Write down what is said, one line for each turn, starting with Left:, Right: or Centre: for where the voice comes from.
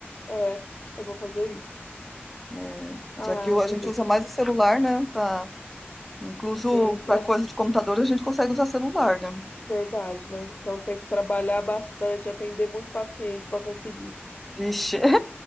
Left: é, eu vou fazer isso.
Centre: É,
Left: Ai,
Centre: já que o- a
Left: meu
Centre: gente
Left: Deus,
Centre: usa mais o celular, né? Pra, incluso
Left: Sintra,
Centre: para coisa de computador, a gente consegue usar celular, né?
Left: verdade, né? Então tem que trabalhar bastante, atender muito paciente para conseguir.
Centre: Vixe,